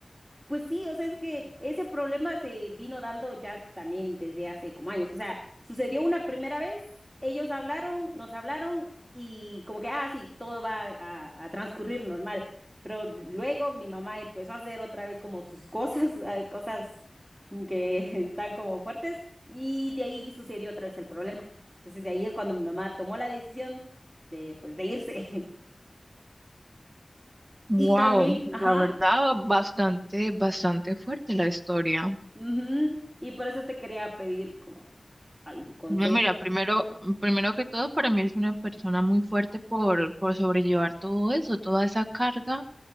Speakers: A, on the right (about 20°); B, on the right (about 35°).
A: Pues sí, o sea, es que ese problema se vino dando ya también desde hace como años. O sea, sucedió una primera vez, ellos hablaron, nos hablaron y como que, ah, sí, todo va a, a transcurrir normal. Pero luego mi mamá empezó a hacer otra vez como sus cosas, <laughs> eh, cosas que <laughs> están como fuertes y de ahí sucedió otra vez el problema. Entonces de ahí es cuando mi mamá tomó la decisión de, pues, de irse. <laughs>
B: Wow,
A: Y también,
B: la
A: ajá,
B: verdad, bastante, bastante fuerte la historia.
A: ujú, Y por eso te quería pedir como... algún consejo.
B: No, mira, primero, primero que todo, para mí eres una persona muy fuerte por, por sobrellevar todo eso, toda esa carga,